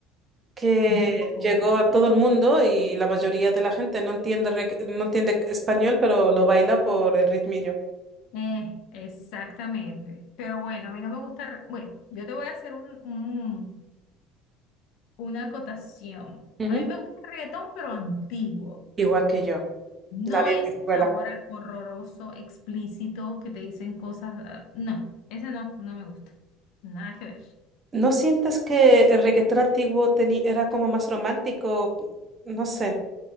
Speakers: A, on the right; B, on the left.
A: que
B: No.
A: llegó a todo el mundo y la mayoría de la gente no entiende, regga- no entiende español, pero lo baila por el ritmillo.
B: Eh, exactamente. Pero bueno, a mí no me gusta. r- Bueno, yo te voy a hacer un, Una acotación.
A: Ujú.
B: A mí me gusta el reggaetón, pero antiguo.
A: Igual que yo,
B: No
A: la vieja
B: ese
A: escuela.
B: de ahora horroroso, explícito, que te dicen cosas. ah, No, ese no, no me gusta. Nada que ver.
A: ¿No sientes que el reggaetón antiguo teni- era como más romántico? No sé,